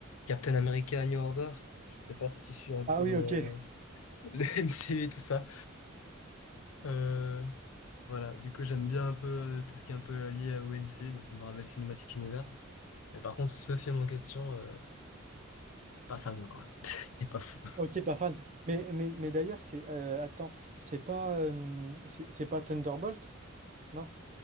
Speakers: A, on the left; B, on the right.
A: Captain America New Order. Je sais pas si tu suis un peu
B: Ah oui,
A: euh,
B: ok,
A: <laughs> le MCU et tout ça. Euh, voilà, du coup j'aime bien un peu euh, tout ce qui est un peu lié au MCU, donc au Marvel Cinematic Universe. Mais par contre, ce film en question, euh, pas fameux quoi. <laughs> Il est pas fou.
B: <laughs> ok, pas fan. Mais, mais, mais d'ailleurs, c'est euh, attends, c'est pas euh, c'est c'est pas Thunderbolt? Non?